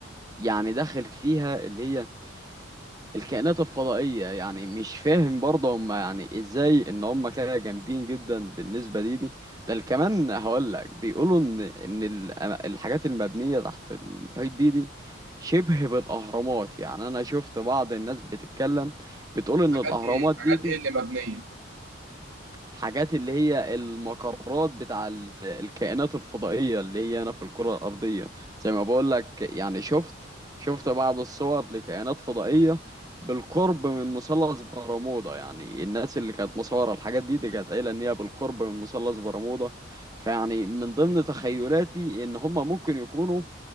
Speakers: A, on the right; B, on the right.
A: يعني داخل فيها اللي هي الكائنات الفضائيه يعني مش فاهم برضه هم يعني ازاي ان هم كده جامدين جدا بالنسبه دي دي بل كمان هقول لك بيقولوا ان ان ال- الحاجات المبنيه تحت المحيط دي دي شبه بالاهرامات يعني انا شفت بعض الناس بتتكلم بتقول ان
B: حاجات
A: الاهرامات
B: ايه
A: دي
B: حاجات
A: دي
B: ايه اللي مبنية
A: حاجات اللي هي المقرات بتاع ال- الكائنات الفضائية اللي هي هنا في الكرة الأرضية زي ما بقول لك يعني شفت شفت بعض الصور لكائنات فضائية بالقرب من مثلث برمودا يعني الناس اللي كانت مصورة الحاجات دي دي كانت قايلة إن هي بالقرب من مثلث برمودا فيعني من ضمن تخيلاتي إن هما ممكن يكونوا